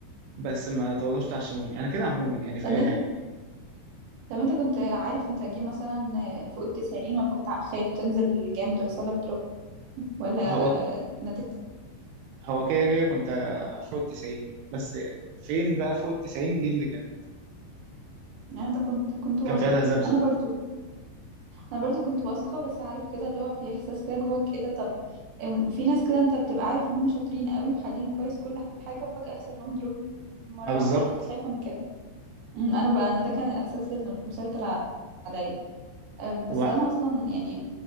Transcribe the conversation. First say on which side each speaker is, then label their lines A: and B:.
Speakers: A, on the right (about 85°); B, on the right (about 60°).
A: بس ما تقعدوش تعشموني انا كده عموما يعني في
B: طب
A: اي حاجه
B: طب انت كنت عارف انت هتجيب مثلا فوق التسعين ولا كنت خايف تنزل جامد ويحصل لك دروب ولا
A: هو
B: نتيجتك
A: هو كده كده كنت فوق التسعين بس فين بقى فوق التسعين دي اللي كانت
B: يعني انت كنت كنت واثق
A: كان فيها تذبذب
B: انا برضو انا برضو كنت واثقه بس عارف كده اللي هو في احساس كده جواك ايه ده طب ام- في ناس كده انت بتبقى عارف ان هم شاطرين قوي وحالين كويس كل حاجه وفجاه يحصل لهم دروب مره
A: ما بالظبط
B: واحده انا كنت خايفه من كده امم، انا بقى انا ده كان الاحساس اللي مسيطر ع- عليا اه، بس
A: و
B: انا اصلا يعني